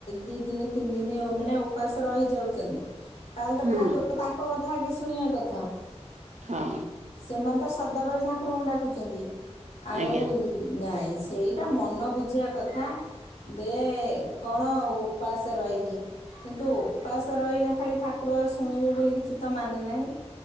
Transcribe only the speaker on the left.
ଦିନ ତିନି ଦିନ ମାନେ ଉପାସ ରହିଯାଉଛି। ତାହେଲେ ତ
ଠାକୁର ତାଙ୍କ କଥା ଆଗେ ଶୁଣିବା କଥା।
ସେମାନେ ତ ସଦାବେଳେ ଠାକୁରଙ୍କୁ ଡାକୁଛନ୍ତି। ଆଉ
ନାଇଁ ସେଇଟା ମନ ବୁଝିବା କଥା ଯେ କଣ ଓପାସ ରହିକି କିନ୍ତୁ ଓପାସ ରହିଲେ ଖାଲି ଠାକୁର ଶୁଣିବେ ବୋଲି କିଛି ତ ମାନେ ନାହିଁ।